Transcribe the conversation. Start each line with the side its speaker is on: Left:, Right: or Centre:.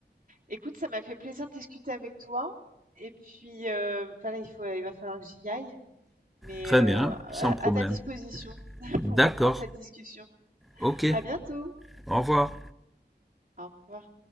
Right: Écoute, ça m'a fait plaisir de discuter avec toi et puis, heu, bah, il faut il va falloir que j'y aille. mais
Centre: Très
Right: euh,
Centre: bien,
Right: à
Centre: sans problème.
Right: à ta disposition <laughs>
Centre: D'accord,
Right: pour reprendre cette discussion.
Centre: ok,
Right: À bientôt.
Centre: au revoir.
Right: Au revoir.